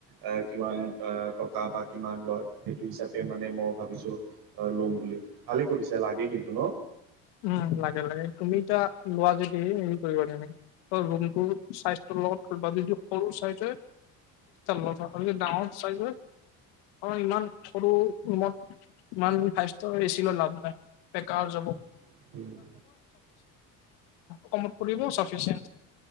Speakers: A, on the right; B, on the left.
A: আহ কিমান অ' টকা বা কিমান লয় সেইটো হিচাপে মানে মই ভাবিছো। অ' ল'ম বুলি ভালে কৰিছে লাগে কিন্তু ন
B: উম লাগে লাগে তুমি য লোৱা যদি হেৰি কৰিবে ৰুমটো লগত য সৰু চাইজ হয় তাক ডাৰ চাই ইমান সৰু ত ল <inaudible> একম
A: ন
B: কমত পৰিবফিয়ে